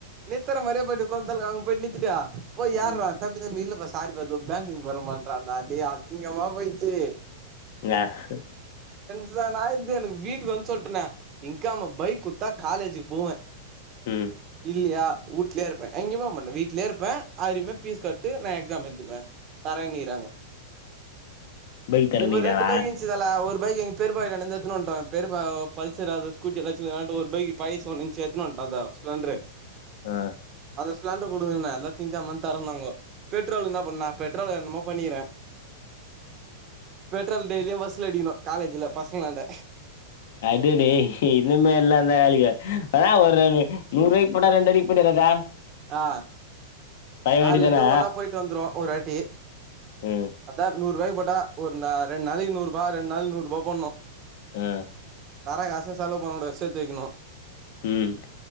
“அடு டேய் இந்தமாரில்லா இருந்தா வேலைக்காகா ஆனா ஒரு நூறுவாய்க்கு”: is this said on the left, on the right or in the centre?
Left